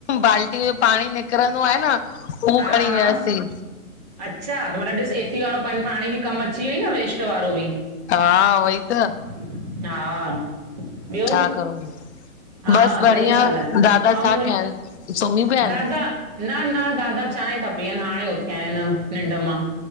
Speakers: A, on the left; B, on the right.
A: बाल्टी में पाणी निकरंदो आहे न हू
B: हा
A: खणी
B: हा
A: वियासीं।
B: अच्छा त मतलब ॾिस ए सी वारो पन् पाणी बि कमु अची वई न वेस्ट वारो बि
A: हा, उवई त
B: हा ॿियो
A: छा करूं?
B: हा
A: बस बढ़ियां
B: सही ॻाल्हि आहे
A: दादा छा
B: ऐं मु
A: कय सुमि पिया
B: दादा
A: आएन?
B: न न दादा चांयं था पीअन, हाणे उथिया आहिन निंड मां